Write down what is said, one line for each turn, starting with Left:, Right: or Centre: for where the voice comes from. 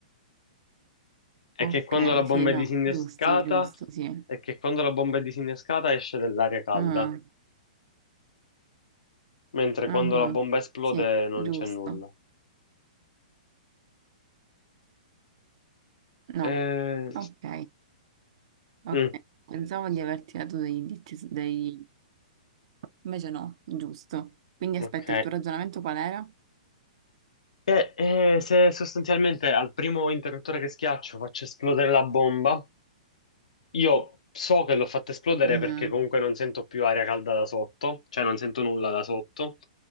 Left: E
Right: Ok,
Left: che quando la bomba
Right: sì, no,
Left: è disinnescata,
Right: giusto, giusto, sì.
Left: è che quando la bomba è disinnescata esce dell'aria calda,
Right: Mhm,
Left: mentre
Right: mhm,
Left: quando la bomba esplode
Right: Sì,
Left: non
Right: giusto.
Left: c'è nulla.
Right: No,
Left: Eh,
Right: ok, ok.
Left: mm,
Right: Pensavo di averti dato dei indizi, dei... invece no, giusto. Quindi
Left: ok.
Right: aspetta, il tuo ragionamento qual era?
Left: Eh, eh, se sostanzialmente al primo interruttore che schiaccio faccio esplodere la bomba, Io so che l'ho fatta esplodere
Right: Mhm,
Left: perché comunque non sento più aria calda da sotto, cioè non sento nulla da sotto,